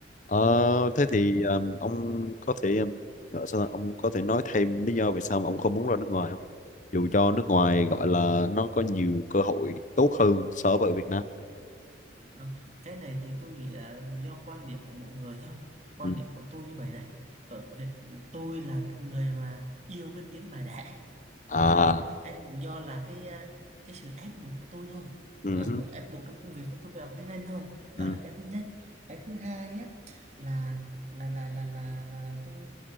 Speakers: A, on the left; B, on the right.
A: Ờ, thế thì um, ông có thể um, gọi sao ta? Ông có thể nói thêm lý do vì sao mà ông không muốn ra nước ngoài không? Dù cho nước ngoài gọi là nó có nhiều cơ hội tốt hơn so với ở Việt Nam.
B: Ờ, cái này thì tôi nghĩ là do quan điểm của mỗi người thôi quan
A: Ừ.
B: điểm của tôi như vậy này ở Việt tôi là người mà yêu cái tiếng mà đẻ
A: À,
B: thực tế học tiếng Anh cũng do là cái à, cái sự ép buộc của tôi thôi
A: ừ.
B: Ờ, bộ- ép buộc trong công việc nên tôi phải học tiếng Anh thôi đó
A: ừ.
B: là cái thứ nhất cái thứ hai á là là là là là là, là tôi